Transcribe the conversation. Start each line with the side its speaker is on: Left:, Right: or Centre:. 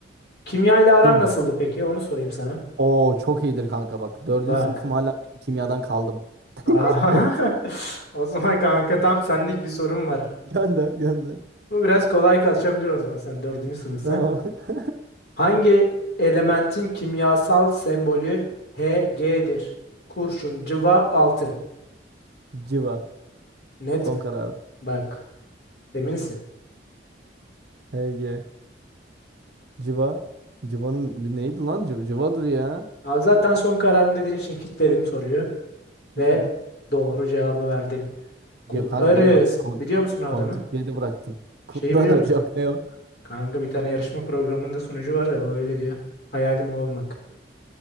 Left: Kimya ile aran
Right: Gönder.
Left: nasıldı peki? Onu sorayım sana.
Right: Oo çok iyidir kanka bak. Dördüncü
Left: Bak.
Right: sınıfım hala kimyadan kaldım.
Left: Aha.
Right: <laughs>
Left: <laughs> O zaman kanka tam senlik bir sorum var.
Right: Gönder gönder.
Left: Bu biraz kolay kaçabilir o zaman sen dördüncü sınıfsın.
Right: Tamam. <laughs>
Left: Hangi elementin kimyasal sembolü Hg'dir? Kurşun, cıva, altın.
Right: Civa.
Left: Net
Right: Son
Left: mi?
Right: kararım.
Left: Bak, eminsin.
Right: HG. Civa. Civa'nın bir neydi lan? Civa, Civa'dır ya.
Left: Abi zaten son kararın dediğin için kilitledim soruyu
Right: Kitle.
Left: ve doğru cevabı verdin. Kutlarız.
Right: Yok kanka beni bak kon,
Left: Biliyor musun o
Right: kontrpiyede
Left: adamı?
Right: bıraktın.
Left: Şeyi
Right: Kutlarız.
Left: biliyor musun?
Right: Yok ne o?
Left: Kanka bir tane yarışma programında sunucu var da o öyle diyor. Hayalim o olmak.